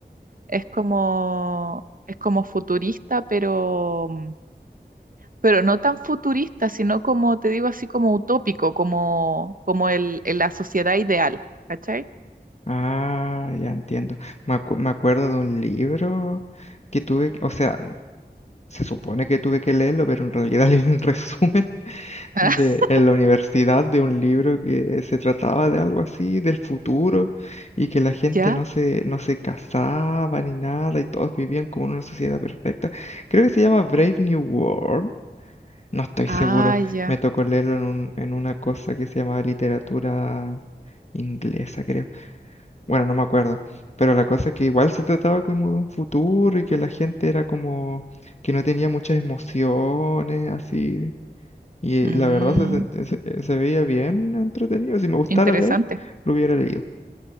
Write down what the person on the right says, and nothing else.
es como, es como futurista, pero... mm, pero no tan futurista, sino como te digo, así como utópico, como, como el, el- la sociedad ideal, ¿cachai?
<laughs>
¿Ya?
Ah,
ya.
Mm,
interesante.